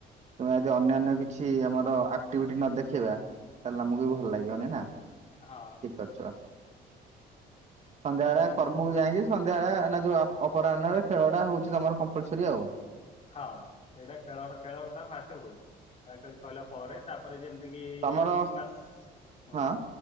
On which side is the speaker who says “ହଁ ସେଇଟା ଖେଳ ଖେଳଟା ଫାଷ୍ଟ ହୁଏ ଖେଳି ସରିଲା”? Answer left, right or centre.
Left